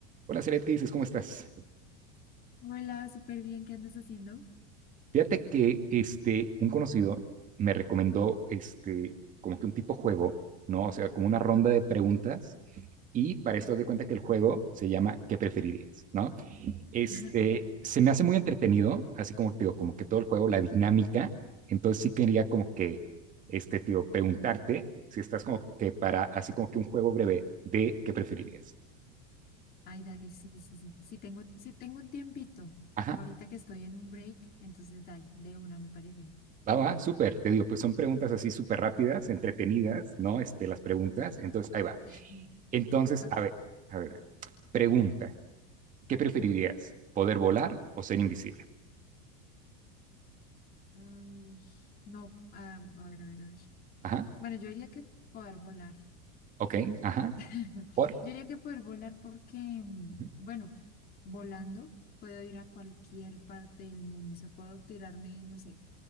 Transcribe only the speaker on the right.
Hola, Celet, ¿qué dices? ¿Cómo estás?
Fíjate que este, un conocido me recomendó este, como que un tipo juego, ¿no? O sea, como una ronda de preguntas. Y para esto, haz de cuenta que el juego se llama ¿Qué preferirías? ¿No? Este,
se me hace muy entretenido, así como te digo, como que todo el juego, la dinámica. Entonces sí quería como que, este, tío, preguntarte si estás como que para, así como que un juego breve de ¿Qué preferirías?
Ajá.
Va, va, súper, te digo, pues son preguntas así súper rápidas, entretenidas, ¿no? Este, las preguntas. Entonces, ahí va.
Entonces,
a ver, a ver. Pregunta, ¿qué preferirías? ¿Poder volar o ser invisible?
Ajá,
ok, ajá,
por,
ujú,